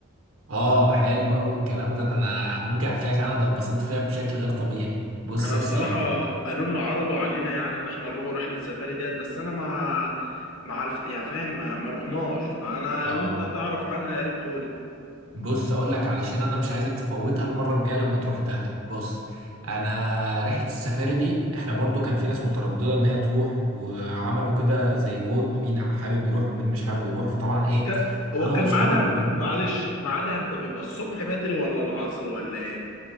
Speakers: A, on the right (about 85°); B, on the left (about 85°).
A: اه حلو قوي الكلام ده ده انا ممكن احكي لك عنها ده اتبسطت فيها بشكل غير طبيعي بص
B: انا
A: يا
B: بصراحه
A: سيدي
B: قالوا لنا عرضوا علينا يعني ان احنا نروحوا رحله سفاري ديت بس انا ما ما عرفت يعني فاهم ما, ما رحناش فانا
A: اه
B: لو انت هتعرف عنها يا ريت تقول
A: بص اقول لك علشان انا مش عايزك تفوتها المره الجايه لما تروح دهب بص انا رحله السفاري دي احنا برضو كان في ناس متردده ان هي تروح وعملوا كده زي فوت مين حابب يروح ومين مش حابب يروح فطبعا ايه
B: ك... هو
A: انا
B: كان
A: واصحابي
B: ميعادها
A: كلنا
B: امتى معلش ميعادها امتى بيبقى الصبح بدري ولا العصر ولا ايه